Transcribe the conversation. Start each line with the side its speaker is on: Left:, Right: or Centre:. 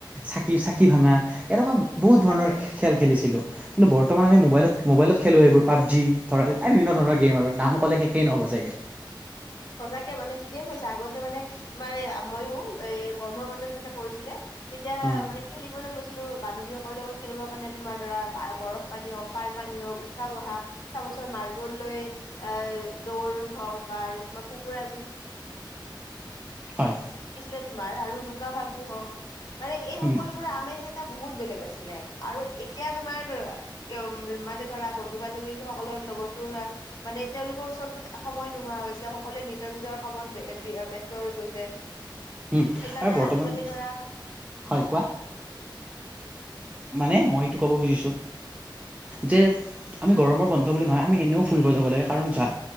Right: চাকি চাকি ভা এনেকুৱা বহুত
Left: সঁচাকে
Right: ধৰণৰ খেল খেলিছিলো। কিন্তু বৰ্তমান আমি মোবাইলত মোবাইলত খেলো। এইবোৰ পাবজি ধৰা এই বিভিন্ন ধৰণৰ গেম আৰু নাম ক'লে শেষেই নহ'ব। সঁচাকে।
Left: সঁচাকে মানে ঠিকে কৈছা। আগতে মানে তোমাৰ এই ময়ো এই গৰমৰ বন্ধত যেতিয়া পৰিছিলে। তেতিয়া
Right: উম,
Left: মানে খেলিবলৈ গৈ ছিলো। বান্ধৱীসকল লগত খেলিবৰ কাৰণে তোমাৰ ধৰা বৰফ পানী হওঁক, পাৰ পানী হওঁক, উঠা বহা, চামুচত মাৰ্বল লৈ, এ দৌৰ হওঁক বা আৰু তোমাৰ কুকুৰা যুজ,
Right: হয়
Left: ছিলে তোমাৰ আৰু লুকা-ভাকু হওঁক। মানে এই
Right: উম,
Left: সকলোবোৰ আমেজ এটা ব বহুত বেলেগ আছিলে আৰু এতিয়া তোমাৰ উ মানে ধৰা বন্ধু বান্ধৱীসকলৰ লগতো ধ মানে তেওঁলোকৰ ওচৰতো সময় নোহোৱা হৈছে সকলোৱে নিজৰ নিজৰ কামত ব্যস্ত হৈ গৈছে।
Right: উম
Left: সেইকাৰণে
Right: আৰু বৰ্তমান
Left: আজিকালি ধৰা
Right: হয় কোৱা মানে মই এইটো ক'ব খুজিছো যে আমি গৰমৰ বন্ধ বুলি নহয় আমি এনেও ফুৰিব যাব লাগে কাৰণ য